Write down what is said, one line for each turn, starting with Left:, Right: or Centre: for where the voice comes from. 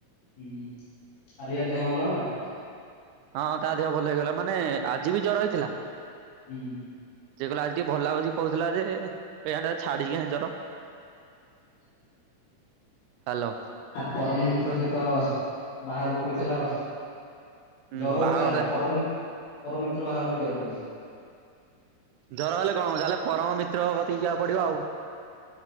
Left: ହୁଁ ଆରେ ୟା ଦେହ ଭଲ ହେଲା?
Right: ହଁ ତା ଦେହ ଭଲ ହେଇଗଲା ମାନେ ଆଜି ବି ଜର ହେଇଥିଲା।
Left: ହୁଁ।
Right: ଯେ କହିଲା ଆଜି ଟିକେ ଭଲ ଲାଗୁଚି କହୁଥିଲା ଯେ ପ୍ୟାଣ୍ଟ୍ ଛାଡିକି କାହିଁ ଜର ହାଲୋ।
Left: ତା ପରମ ମିତ୍ର ସହିତ ବାହାରୁ ପଳେଇଥିଲା ଆଉ।
Right: ହୁଁ
Left: ଜର ହଉଛି
Right: ବାହାଘରରେ
Left: ଯାହା ହଉ ପରମ୍ ମିତ୍ ପରମିତ୍ର ବାହାରକୁ ଯିବାକୁ ପଡିବ।
Right: ଜର ହେଲେ କଣ୍ ଅ ଯାହେଲେ ପରମ ମିତ୍ରକ କତିକି ଯିବାକୁ ପଡିବ ଆଉ।